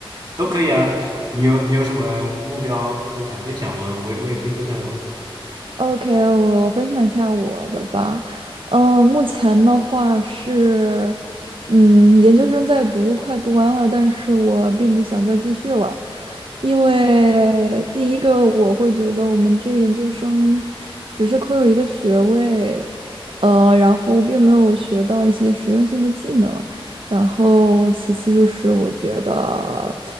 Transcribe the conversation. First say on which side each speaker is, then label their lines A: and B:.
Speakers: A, on the right; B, on the right.
A: 都可以啊。你有你有什么目标，就是想分享吗？我也我也可以分享我的。
B: OK，我分享一下我的吧。嗯、目前的话是，嗯，研究生在读，快读完了，但是我并不想再继续了，因为第一个我会觉得我们这个研究生只是可有一个学位，呃，然后并没有学到一些实用性的技能，然后其次就是我觉得。